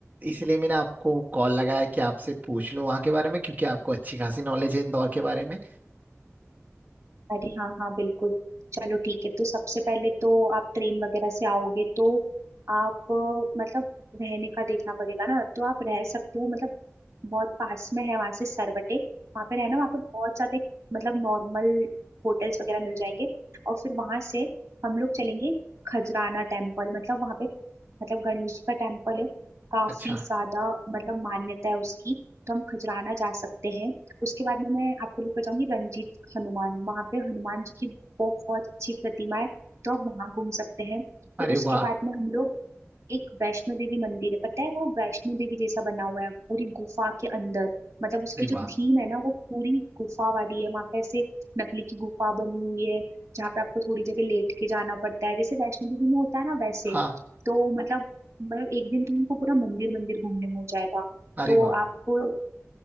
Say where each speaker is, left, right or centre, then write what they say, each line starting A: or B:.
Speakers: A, on the right; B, on the right.
A: इसलिए मैंने आपको कॉल लगाया है कि आपसे पूछ लूं वहाँ के बारे में क्योंकि आपको अच्छी खासी नॉलेज है इंदौर के बारे में
B: अरे हाँ हाँ बिल्कुल चलो ठीक है तो सबसे पहले तो आप ट्रेन वगैरह से आओगे तो आप अ, मतलब रहने का देखना पड़ेगा ना तो आप रह सकते हो मतलब बहुत पास में है वहां से सरवटे वहां पे रहना वहां पे बहुत ज्यादा मतलब नॉर्मल होटल्स वगैरह मिल जाएंगे और फिर वहां से हम लोग चलेंगे खजराना टेम्पल मतलब वहां पे मतलब गणेश जी का टेम्पल है काफी
A: अच्छा
B: ज्यादा मतलब मान्यता है उसकी तो हम खजराना जा सकते हैं उसके बाद में मैं आपको लेकर जाऊंगी रंजीत हनुमान वहां पे हनुमान जी की बहुत अच्छी प्रतिमा है तो आप वहां घूम सकते हैं फिर
A: अरे
B: उसके
A: वाह
B: बाद में हम लोग एक वैष्णो देवी मंदिर है पता है वो वैष्णो देवी जैसा बना हुआ है पूरी गुफा के अंदर मतलब उसकी
A: अरे
B: जो
A: वाह
B: थीम है ना वो पूरी गुफा वाली है वहां पे ऐसे नकली की गुफा बनी हुई है जहाँ पे आपको थोड़ी जगह लेट के जाना पड़ता है जैसे वैष्णो देवी में होता है ना वैसे
A: हाँ
B: तो मतलब मतलब एक दिन तुमको पूरा मंदिर मंदिर घूमने में हो जाएगा
A: अरे
B: तो
A: वाह
B: आपको